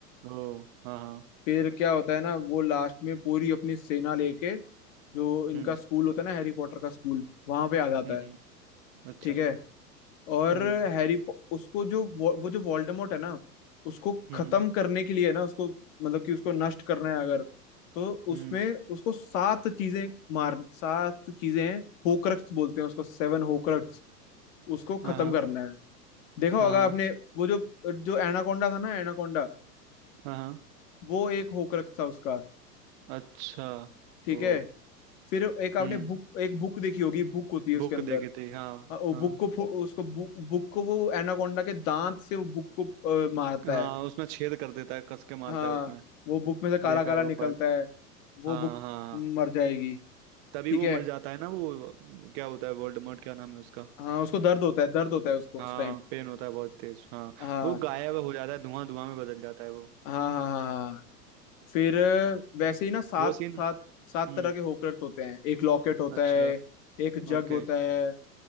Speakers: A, on the right; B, on the left.
A: ओ हाँ हाँ
B: फिर क्या होता है ना वो लास्ट में पूरी अपनी सेना लेके जो इनका
A: हम्म
B: स्कूल होता है ना हैरी पॉटर का स्कूल वहां पे आ जाता
A: हम्म हम्म,
B: है
A: अच्छा
B: ठीक है और
A: हम्म
B: हैरी उसको जो वो, वो जो वोल्डेमॉर्ट है ना उसको
A: हम्म
B: खत्म
A: हम्म।
B: करने के लिए ना उसको मतलब कि उसको नष्ट करना है अगर तो
A: हम्म
B: उसमें उसको सात चीजें मार सात चीजें हैं होक्रक्स बोलते हैं उसको सेवन होक्रक्स उसको
A: हाँ
B: खत्म
A: हाँ
B: करना है देखा
A: हाँ
B: होगा आपने वो जो जो एनाकोंडा था ना एनाकोंडा
A: हाँ हाँ हाँ,
B: वो एक होक्रक्स था उसका
A: अच्छा
B: ठीक
A: वो
B: है फिर एक आपने
A: हम्म
B: बुक एक बुक देखी होगी बुक होती है उसके
A: बुक
B: अंदर
A: देखी थी हाँ
B: हाँ, वो
A: हाँ
B: बुक को फो- उसको बुक बुक को वो एनाकोंडा के दांत से वो बुक को अ, मारता
A: हाँ
B: है
A: उसमें छेद कर देता है कस के मारता
B: हाँ
A: है उसमें
B: वो बुक में से काला
A: देखा
B: काला
A: है वो
B: निकलता
A: पार्ट
B: है वो
A: हाँ
B: बुक
A: हाँ हाँ।
B: मर जाएगी
A: तभी
B: ठीक
A: वो
B: है
A: मर जाता है ना वो क्या होता है वोल्डेमॉर्ट क्या नाम है उसका
B: हाँ उसको दर्द होता है दर्द होता है उसको उस
A: हाँ
B: टाइम
A: पेन होता है बहुत तेज हाँ
B: हाँ
A: वो गायब हो जाता है धुआं धुआं में बदल जाता है वो
B: हाँ हाँ हाँ हाँ फिर अ, वैसे ही ना सात
A: वो सीन
B: सात सात
A: हम्म
B: तरह के होकर्स होते हैं एक लॉकेट होता
A: अच्छा
B: है एक जग
A: ओके
B: होता है